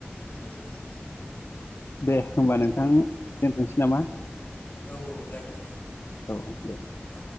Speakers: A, on the left (about 45°); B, on the left (about 75°).
A: औ औ
B: दे होमबा नोंथां दोनथ'नोसै नामा
A: औ औ जागोन दे
B: औे दे
A: औ